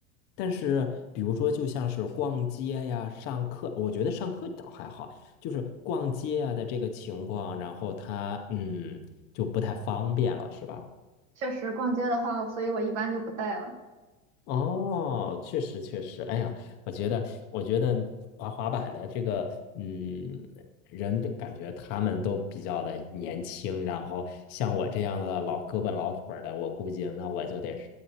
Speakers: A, on the left (about 25°); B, on the right (about 85°).
A: 但是，比如说，就像是逛街呀、上课，我觉得上课倒还好，就是逛街呀的这个情况，然后他嗯就不太方便了，是吧？
B: 确实逛街的话，所以我一般就不带了。
A: 哦，确实确实，哎呀，我觉得我觉得滑滑板的这个嗯人的感觉他们都比较的年轻，然后像我这样的老胳膊老腿儿的，我估计那我就得是